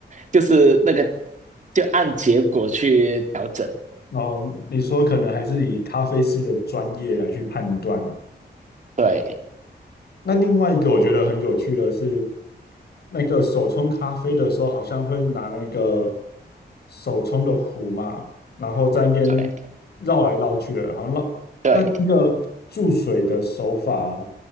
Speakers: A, on the right; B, on the left.
A: 就是那个就按结果去调整，
B: 哦，你说可能还是以咖啡师的专业来去判断
A: 对
B: 那另外一个我觉得很有趣的是，那个手冲咖啡的时候，好像会拿那个手冲的壶嘛，然后在那边绕来绕去的，
A: 对
B: 好像绕那一个注水的手法，
A: 对，